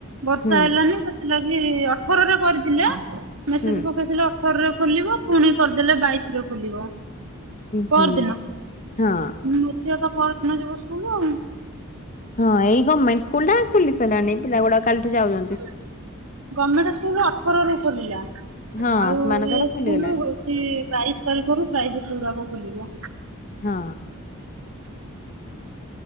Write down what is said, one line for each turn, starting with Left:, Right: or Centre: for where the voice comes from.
Right: ବର୍ଷା
Left: ହୁଁ
Right: ହେଲାନି ସେ ଥିଲା କି ଅଠରରେ କରିଥିଲ ମେସେଜ
Left: ହୁଁ
Right: ପକେଇଥିଲା ଅ - ଅଠରରେ ଖୁଲିବ ପୁଣି କରିଦେଲେ ବାଇଶ୍ ରେ ଖୋଲିବ। ପର୍
Left: ହୁଁ
Right: ଦିନ ହୁଁ
Left: ହଁ।
Right: ମୋ ଝିଅ ତ ପହର୍ ଦିନ ଯିବ ସ୍କୁଲ ଆଉ।
Left: ହଁ ଏଇ ଗମେଣ୍ଟ ସ୍କୁଲ ଟା ଖୁଲି ସାଇଲାଣି ପିଲା ଗୁଡାକ୍ କାଲିଠୁ ଯାଉଛ
Right: <unintelligible> ଗମେଣ୍ଟ ସ୍କୁଲ ଅଠର ରୁ ଖୋଲିଲା।
Left: ହଁ
Right: ଆଉ
Left: ସେମାନଙ୍କର
Right: ଏ
Left: ଖୋଲିଗଲାଣି
Right: ସ୍କୁଲ ହଉଛି ବାଇଶି ତାରିଖରୁ ପ୍ରାଏଭେଟ୍ ଗୁଡାକ ଖୋଲିବ?
Left: ହଁ।